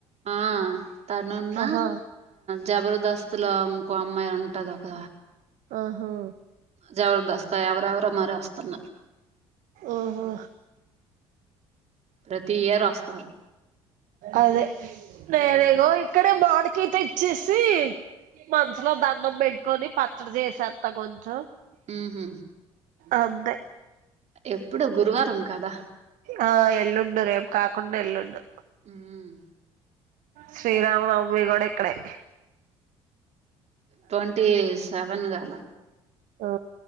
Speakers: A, on the right (about 50°); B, on the right (about 65°).
A: ఆ తనున్న
B: ఆహా
A: జబర్దస్త్ లో ఇంకో అమ్మయి ఉంటది ఒక
B: ఆహా
A: జబర్దస్త్ ఎవరెవరు మరి వస్తున్నర్
B: ఓహో
A: ప్రతి ఇయర్ వస్తారు
B: అదే నేనేగో
A: ఉమ్
B: ఇక్కడే మవిరికాయ తెచ్చేసి మనసులో దండం పెట్టుకొని పచ్చడి చేసేత్త కొంచెం
A: ఊ హు
B: అంతే
A: ఎప్పుడు గురువారం కదా
B: ఆ ఎల్లుండు రేపు కాకుండ ఎల్లుండు
A: ఉమ్
B: శ్రీరామనవమి కూడా ఇక్కడే
A: ట్వంటీ సెవెన్ కదా
B: ఓ